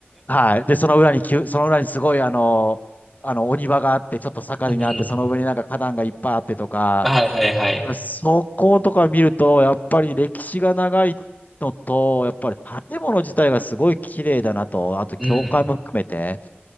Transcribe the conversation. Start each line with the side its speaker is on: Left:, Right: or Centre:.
Left: はい。で、その裏に宮、その裏にすごい、あの、あの、お庭があって、ちょっと坂になって、
Centre: <laughs> うん。
Left: その上になんか花壇がいっぱいあってとか、
Centre: はいはいはい。
Left: だからそことか見ると、やっぱり歴史が長いのと、やっぱり建物自体がすごい綺麗だなと、あと教会も含めて。
Centre: うん。